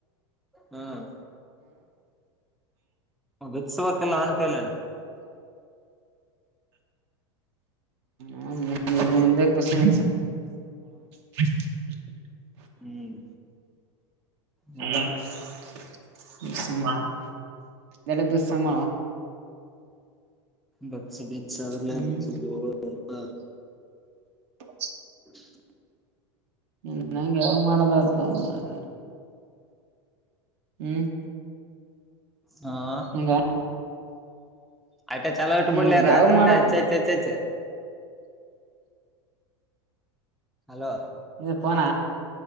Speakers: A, in the centre; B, on the right (about 65°).
A: ಹ್ಮ್ ವಿಸವಕಲ್ಲ ಅನ್ ಕಾಯಲ್ಲಾನ
B: ಹ ಎ ಪ್ರಶಳ <unintelligible>
A: ಹ್ಮ್ ಹ್ಮ
B: ಅಲ್ಲುಮ್ಮ ಎಡು ದಸಮ
A: ಬಕ್ಸ ಬ ಸಲ್ಲ
B: ಹ್ಮ್
A: ಬ
B: <inaudible>
A: <inaudible>
B: ಇ ನಂಗೆ ಯಾವ ಮಾಡದತ್ರ ಹ್ಮ್
A: ಹಾ
B: ಹಂಗ
A: ಆಯಟ ಚಲೋ ಇಟ್ಟು
B: ನೀನ್
A: ಬಿಡ್ಲಿ
B: ಯಾವ್
A: ರಾತ್ರಿನೂ
B: ಮಾಡದ
A: ಹೆಚ್ಚಯ ಹೆಚ್ಚಾಯತಿ ಹಲೋ
B: ಇದು ಪನ